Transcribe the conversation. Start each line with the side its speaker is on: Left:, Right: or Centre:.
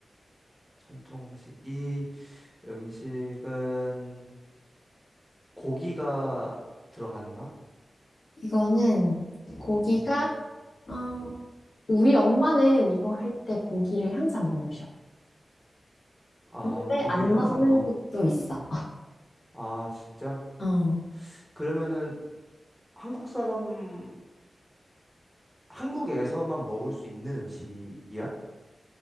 Centre: 전통 음식 이 음식은 고기가 들어갔나?
Left: 이거는 고기가,
Centre: 음.
Left: 어, 우리 엄마는 이거 할 때 고기를 항상 넣으셔.
Centre: 아,
Left: 근데
Centre: 고기를
Left: 안 넣는
Centre: 항상 넣어.
Left: 곳도 있어.
Centre: 아, 진짜?
Left: 어,
Centre: 그러면은 한국 사람, 한국에서만 먹을 수 있는 음식이야?